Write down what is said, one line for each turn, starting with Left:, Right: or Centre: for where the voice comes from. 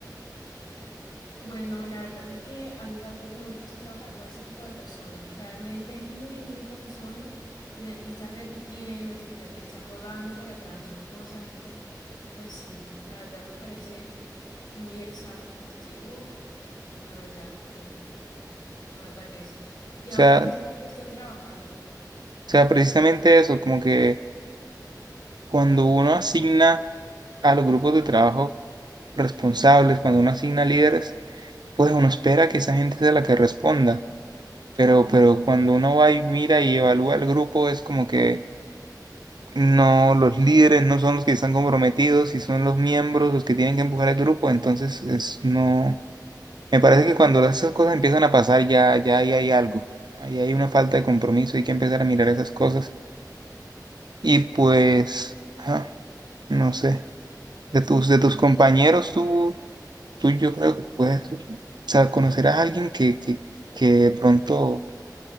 Left: Bueno, la verdad es que a mí tampoco me gusta trabajar con ese tipo de personas. Realmente es muy, muy cansón tener que estar repitiendo, tener que estar rogando para que hagan sus cosas y pues sí, la verdad me parece muy exhaustivo. eh, La verdad, no, no me parece. ¿Y
Right: O
Left: ahora
Right: sea,
Left: en qué
Right: o
Left: que están trabajando?
Right: sea, precisamente eso, como que Cuando uno asigna a los grupos de trabajo responsables, cuando uno asigna líderes, pues uno espera que esa gente sea la que responda. Pero, pero cuando uno va y mira y evalúa el grupo, es como que no, los líderes no son los que están comprometidos y son los miembros los que tienen que empujar al grupo. Entonces, es, no, me parece que cuando esas cosas empiezan a pasar, ya, ya ahí hay algo. Ahí hay una falta de compromiso, hay que empezar a mirar esas cosas. Y pues, ajá, no sé, de tus, de tus compañeros, ¿tú tú yo creo que puedes, o sea, conocerás a alguien que, que, que de pronto